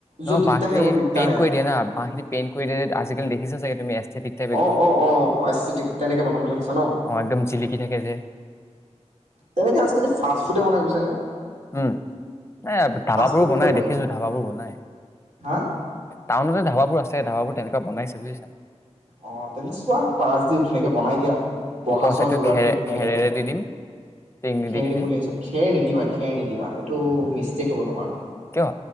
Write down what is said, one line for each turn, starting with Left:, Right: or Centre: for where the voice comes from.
Left: ন
Right: য'ত
Left: ন
Right: দিগদাৰ
Left: বাঁহখিনি
Right: হে ৱ দিগদাৰ
Left: পেইণ্ট
Right: হে
Left: কৰি দিয়ে না, বাঁহখিনি পেইণ্ট কৰি দিয়ে আজিকালি দেখি <unintelligible> তুমি <unintelligible> একদম
Right: অ', অ', অ'। আইস্থেটিক। তেনেকে বনাম বুলি ভাবিছ ন?
Left: অ একদম জিলিকি থাকে যে
Right: তেনেকে আজিকালি ফাছ ফুডহে বনায় বুইছনে?
Left: উম। এ ধাবাবোৰো
Right: ফুড বিলাক
Left: বনাই দেখিছোঁ, ধাবাবোৰ বনাই।
Right: হা?
Left: টাউনতে ধাবাবোৰ আছে, ধাবাবোৰ তেনেকুৱা বনাইছে বুজিছা।
Right: অ', তেন্ত চোৱা। পাৰা যদি ধুনীয়াকে বনাই দিয়া, বহা-চহা
Left: ওপৰৰ চাইডটো
Right: যোগাৰটোতো
Left: খেৰে
Right: ধুনীয়া
Left: খেৰেৰে
Right: লাগিব।
Left: দি দিম টিং নিদি
Right: খেৰ
Left: কিনে
Right: দিম বুলি ভাবিছ। খেৰ নিদিবা খেৰ নিদিবা এইটো মিষ্টেক হ'ব তোমাৰ।
Left: কিয়